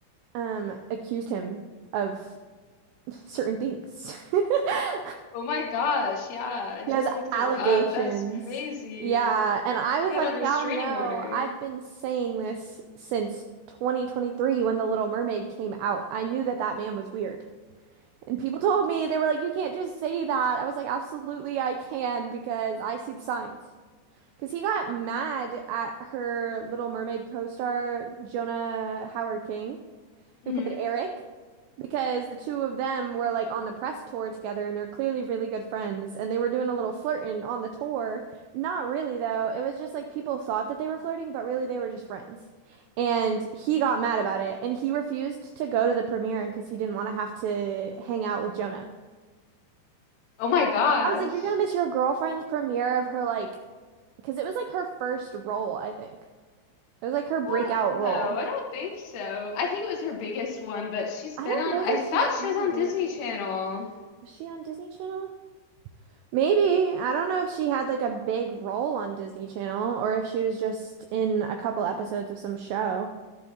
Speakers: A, on the right; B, on the left.
A: um accused him of certain things. <laughs>
B: Oh my gosh, yeah, I
A: He
B: just
A: has
B: looked
A: allegations.
B: it up. That's crazy.
A: Yeah. And I
B: She
A: was
B: got
A: like,
B: a restraining
A: y'all know,
B: order.
A: I've been saying this since 2023 when The Little Mermaid came out. I knew that that man was weird. And people told me, they were like, you can't just say that. I was like, absolutely, I can because I see the signs. Because he got mad at her Little Mermaid co-star, Jonah Howard King who
B: hmm
A: played Eric, because the two of them were like on the press tour together and they're clearly really good friends and they were doing a little flirting on the tour. Not really though. It was just like people thought that they were flirting, but really they were just friends. And he got mad about it and he refused to go to the premiere because he didn't want to have to hang out with Jonah.
B: Oh my gosh.
A: I was like, you're gonna miss your girlfriend's premiere of her like, because it was like her first role, I think. It was like her breakout
B: Well, no,
A: role.
B: I don't think so. I think it was her biggest one, but she's
A: I
B: been
A: don't
B: on,
A: know
B: I
A: that
B: thought
A: she's been
B: she was
A: in
B: on
A: other.
B: Disney Channel.
A: things. Was she on Disney Channel? Maybe. I don't know if she had like a big role on Disney Channel or if she was just in a couple episodes of some show.